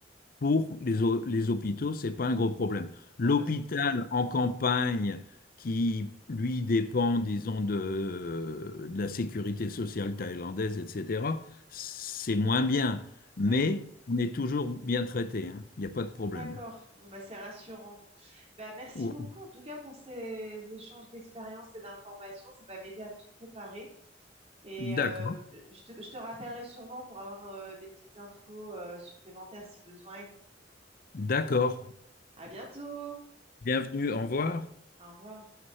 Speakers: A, on the left; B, on the right.
A: pour les, hô- les hôpitaux, c'est pas un gros problème. L'hôpital
B: Bon, bah c'est bien.
A: en campagne qui, lui, dépend, disons, de, de la sécurité sociale thaïlandaise, etc., c'est moins bien, mais
B: Oui.
A: on est toujours bien traité, hein. Il n'y a pas de problème.
B: D'accord. Bon, bah c'est rassurant. Bah merci
A: Oh,
B: beaucoup en tout cas pour ces échanges d'expériences et d'informations. Ça va m'aider à tout préparer. Et euh,
A: D'accord,
B: je te, je te rappellerai sûrement pour avoir euh, des petites infos euh, supplémentaires si besoin.
A: d'accord.
B: À bientôt.
A: Bienvenue, au revoir.
B: Au revoir.